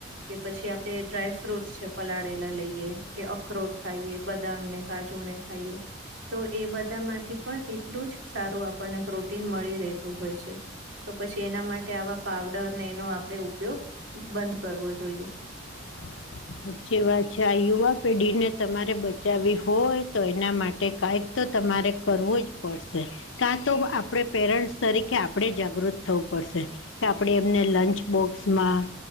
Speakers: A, on the right; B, on the left.
A: કે પછી આપણે ડ્રાય ફ્રૂટસ છે, પલાળેલા લઈએ કે અખરોટ ખાઈએ બદામ ને કાજુ ને ખાઈએ તો એ બધામાંથી પણ એટલું જ સારું આપણને પ્રોટીન મળી રહેતું હોય છે. તો પછી એના માટે આવા પાવડરને એનો આપણે ઉપયોગ બંધ કરવો જોઈએ
B: <inaudible> હાચી વાત છે, આ યુવા પેઢીને તમારે બચાવવી હોય તો એના માટે કાય તમારે કરવું જ પડશે કાં તો આપણે પેરેન્ટસ તરીકે આપડે જાગૃત થવું પડ પડસે આપણે એમને લંચ બોક્સમાં